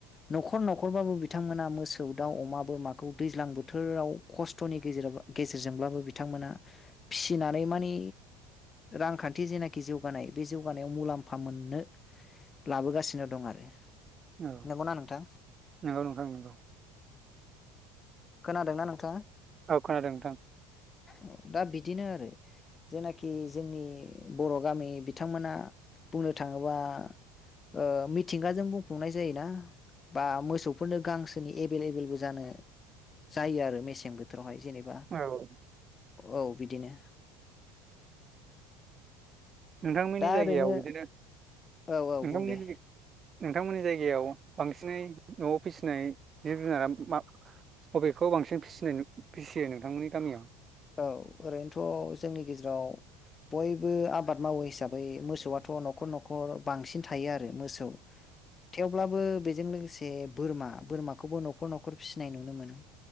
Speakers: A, on the left; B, on the right.
A: न'खर न'खरबाबो बिथांमोना मो सौ, दाउ, अमा, बोरमाखौ दैज्लां बोथोराव खस्थ'नि गेजेराव गेजेरजोंब्लाबो बिथांमोना फिसिनानै माने रांखान्थि जेनाखि जौगानाय, बे जौगानायाव मुलाम्फा मोननो लाबोगासिनो दं आरो।
B: औ
A: नंगौना नोंथां
B: नंगौ नोंथां नंगौ।
A: खोनादोंना नोंथाङा?
B: औ खोनादों नोंथां
A: औ दा बिदिनो आरो। जेनाखि जोंनि बर' गामि बिथांमोना बुंनो थाङोबा ओ मिथिंगाजों बुंफुंनाय जायोना बा मोसौफोरनो गां सोनि एभेलेबेलबो जानो, जायो आरो मेसें बोथोरावहाय जेनेबा।
B: औ
A: औ बिदिनो।
B: नोंथांमोननि
A: दा
B: जायगायाव
A: ओरैनो
B: बिदिनो
A: औ औ
B: नोंथांमोननि
A: बुं दे
B: जाय नोंथांमोननि जाय गायाव बांसिनै न'आव फिसिनाय जिब जुनारा मा बबेखौ बांसिन फिसिनाय फिसियो नोंथांमोननि गामियाव?
A: औ, ओरैनोथ' जोंनि गेजेराव बयबो आबाद मावो हिसाबै मोसौआथ' न'खर न'खर बांसिन थायो आरो मो औ थेवब्लाबो बेजों लोगोसे बोरमा, बोरमाखौबो न'खर न'खर फिसिनाय नुनो मोनो।